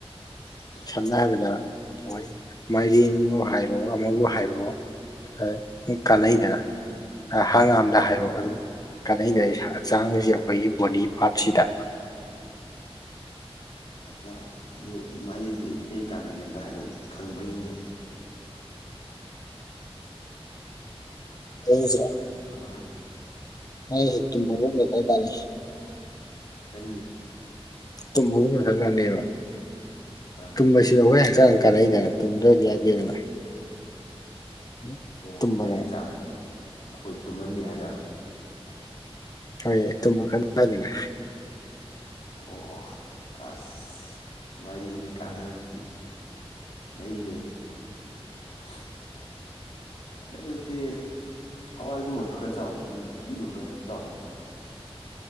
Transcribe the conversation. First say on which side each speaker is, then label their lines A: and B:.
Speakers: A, on the left; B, on the left.
A: <unintelligible>
B: ꯁꯝꯅ ꯍꯥꯏꯕꯗ ꯍꯣꯏ ꯃꯥꯏꯔꯦꯟꯕꯨ ꯍꯥꯏꯔꯣ ꯑꯃꯕꯨ ꯍꯥꯏꯔꯣ ꯑ <unintelligible> ꯀꯥꯟꯅꯩꯗꯅ ꯍ ꯍꯪꯒꯥꯝꯗ ꯍꯥꯏꯔꯣ ꯑꯗꯨꯝ ꯀꯅꯩꯗꯅ ꯢꯁꯥ ꯍꯛꯆꯥꯡꯒꯁꯤ ꯑꯈꯣꯏꯒꯤ ꯕꯣꯗꯤ ꯄꯥꯔꯠꯁꯤꯗ
A: ꯑ ꯍꯛꯆꯥꯡ ꯑꯗꯨ ꯃꯥꯏꯔꯦꯟꯖꯤ ꯀꯩ ꯀꯥꯟꯅꯒꯦ ꯑꯃꯇ ꯍꯥꯏꯔꯛꯎꯅꯦ ꯈꯪꯕ ꯌꯦꯡꯒꯦꯅꯦ
B: ꯃꯥꯢꯔꯦꯟꯖꯤꯔꯣ
A: ꯈꯪꯗꯕꯋꯥꯅꯦ
B: ꯃꯥꯢꯔꯦꯟꯁꯤ ꯇꯨꯝꯕꯒꯨꯝꯕꯗ ꯈ꯭ꯔ ꯀꯥꯅꯩ
A: ꯀꯔꯤ
B: ꯇꯨꯝꯕꯒꯨꯝꯕꯗ ꯈ꯭ꯔ ꯀꯥꯅꯩꯌꯦꯕ
A: ꯑꯥ
B: ꯇꯨꯝꯕꯁꯤꯗ ꯑꯈꯣꯏ ꯍꯛꯆꯥꯡ ꯀꯥꯟꯅꯩꯗꯅ ꯇꯨꯝꯗ꯭ꯔꯗꯤ ꯌꯥꯗꯦꯗꯅ <inaudible>
A: ꯑꯣ
B: ꯇꯨꯝꯕꯗ
A: ꯃꯥꯏꯔꯦꯟ ꯆꯥꯕꯅ ꯑꯈꯣꯏ ꯇꯨꯝꯍꯜꯂꯤ ꯍꯥꯏꯔꯕ꯭ꯔꯥ
B: ꯍꯣꯏꯌꯦ ꯇꯨꯝꯕ ꯈ ꯅꯨꯉꯥꯢꯗꯅ
A: ꯑꯣ ꯑꯣ ꯑꯁ ꯃꯥꯏꯔꯦꯟꯒꯤ ꯀꯥꯟꯅꯕꯁꯤꯗꯤ ꯂꯩꯔꯦ <unintelligible> ꯑꯗꯨꯗꯤ ꯍꯋꯥꯏꯒꯨꯝꯕ ꯈ꯭ꯔ ꯆꯥꯎꯑꯣ ꯅꯪ ꯄꯤꯛꯏꯗꯨ ꯈꯔ ꯌꯥꯝ ꯆꯥꯎꯅꯕ